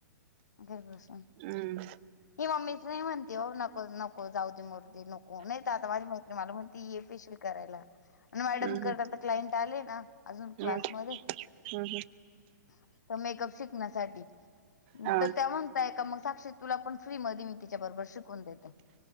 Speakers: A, on the left (about 65°); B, on the right (about 35°).
A: घर बसून.
B: हम्म
A: ही मम्मीच नाही म्हणते नको नको जाऊ दे मरूदे नको, नाही तर आता माझी माैत्री मला म्हणते ये फेशियल करायला! आणि मॅडम
B: हम्म
A: क तर क्लायंट आले ना - अजून
B: हम्म
A: क्लास मध्ये
B: हम्म
A: तर मेकअप शिकण्यासाठी -
B: हा
A: तर त्या म्हणताय का मग साक्षी तुला पण फ्री मध्ये मी तिच्या बरोबर शिकवून देते.